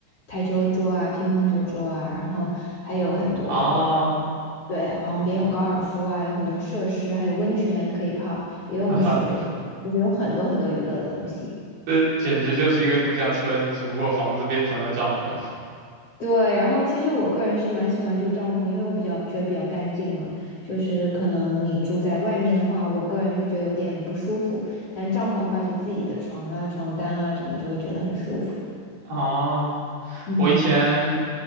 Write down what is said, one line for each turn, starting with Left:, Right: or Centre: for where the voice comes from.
Left: 台球桌啊、乒乓球桌啊，然后还有很多。
Right: 啊，
Left: 对，旁边有高尔夫啊，有很多设施，还有温泉可以泡。游泳池，
Right: <laughs> 哈哈，
Left: 就是有很多很多娱乐的东西。
Right: 这简直就是一个度假村，只不过房子变成了帐篷。
Left: 对，然后其实我个人是蛮喜欢住帐篷，因为我比较觉得比较干净嘛。就是可能你住在外面的话，我个人是觉得有点不舒服，但帐篷的话是自己的床啊、床单啊什么，就会觉得很舒服。
Right: 啊，
Left: 嗯。
Right: 我以前